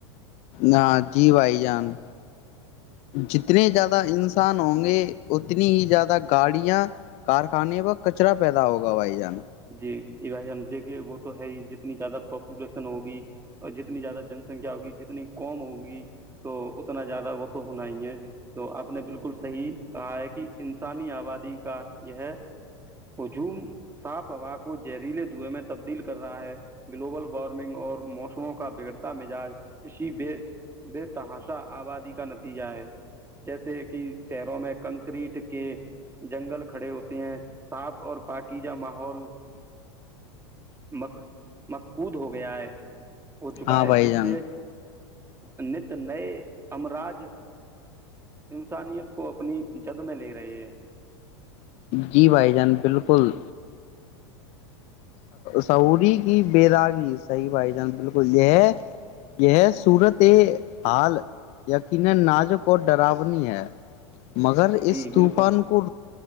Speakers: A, on the left; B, on the right.
A: ہاں جی بھائی جان جتنے زیادہ انسان ہوں گے اتنی ہی زیادہ گاڑیاں کارخانے پر کچرا پیدا ہوگا بھائی جان
B: جی جی بھائی جان دیکھیے وہ تو ہے ہی جتنی زیادہ پاپولیشن ہوگی اور جتنی زیادہ جن سنکھیا ہوگی جتنی کوم ہوگی تو اتنا زیادہ وہ تو ہونا ہی ہے تو آپ نے بالکل صحیح کہا ہے کہ انسانی آبادی کا یہ اجوم واں کو جہریلے دھویں میں میں تبدیل کر رہا ہے گلوبل وارمنگ اور موسموں کا بگڑتا مزاج اسی بے بے تحاش آبادی کا نتیجہ ہے جیسے کہ شہروں میں کنکریٹ کے جنگل کھڑے ہوتے ہیں سانپ اور پااکی جا ماہول ماح مکود ہو گیا ہے ہو چکا
A: ہاں
B: ہے
A: بھائی
B: جس
A: جان
B: سے نت نئے امراج انسانیت کو اپنی جد میں لے رہے ہے
A: جی بھائی جان بالکل سعوری کی بےیداغی صحیح بھائی جان بالکل یہ یہ صورت حال یقینا نازک اور ڈراونی ہے مگر
B: جی
A: اس طوفان
B: بالکل
A: کو